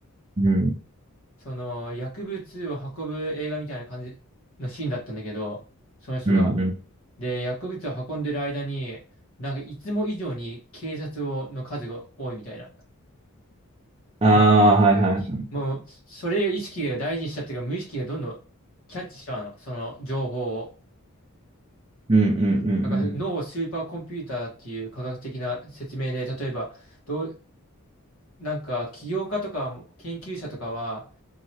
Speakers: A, on the right; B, on the left.
A: うん、
B: その薬物を運ぶ映画みたいな感じのシーンだったんだけど、その人が。
A: うん、うん。
B: で、薬物を運んでる間に、なんかいつも以上に警察をの数が多いみたいな。
A: あ
B: ま
A: あ、はいはい。
B: もう、それを意識が大事にしちゃってるから、無意識がどんどんキャッチしちゃうの、その情報を。
A: うん、うん、
B: なんか脳をスーパーコンピューターだっていう科学的な説明で、例えば、どう、なんか起業家とか研究者とかは、